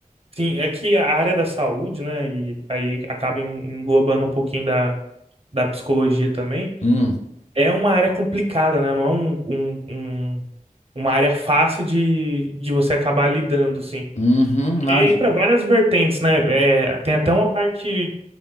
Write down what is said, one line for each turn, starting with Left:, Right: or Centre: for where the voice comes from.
Right: Sim, é que a área da saúde, né? E aí acaba en- englobando um pouquinho da, da psicologia também.
Left: Hum,
Right: É uma área complicada, né? Não é um, um- um- uma área fácil de, de você acabar lidando, assim.
Left: uhum, imagina.
Right: E entra várias vertentes, né? É, tem até uma parte